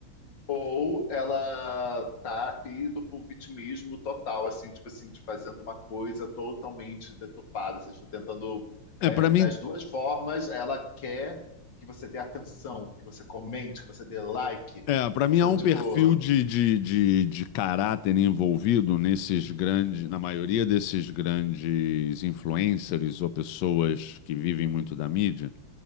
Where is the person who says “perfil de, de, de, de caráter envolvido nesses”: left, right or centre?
Left